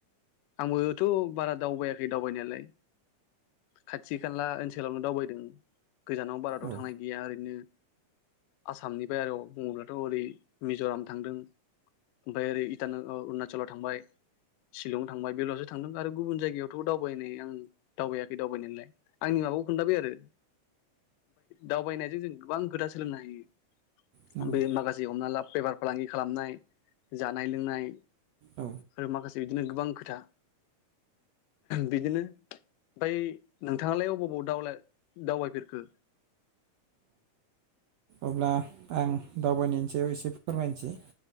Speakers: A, on the left; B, on the right.
A: आंबोथ' बारा दावबायाखै दावबायनायालाय खाथि खाला ओनसोल दावबायदों। गोजानाव बारत
B: औ
A: थांनाय गैया ओरैनो आसामनि बायेराव बुङोब्लाथ' ओरै मिज'राम थांदों ओमफ्राय ओरै इटान अरुणाचलाव थांबाय शिलं थांबाय बेलावसो थांदों आरो गुबुन जायगायावथ' दावबायनाय आं दावबायाखै दावबायनायलाय आंनि माबाखौ <inaudible> ओमफ्राय दावबायनायजों जों गोबां गोदा सोलोंनो हायो।
B: नंगौ
A: बे माखासे हमना ला पेपार फालांगि खालामनाय जानाय लोंनाय
B: औ
A: आरो माखासे बिदिनो गोबां खोथा बिदिनो ओमफ्राय नोंथाङालाय अबाव अबाव दावला दावबायफेरखो?
B: अब्ला आं दावबायनोसै ए एसे फोरमायनोसै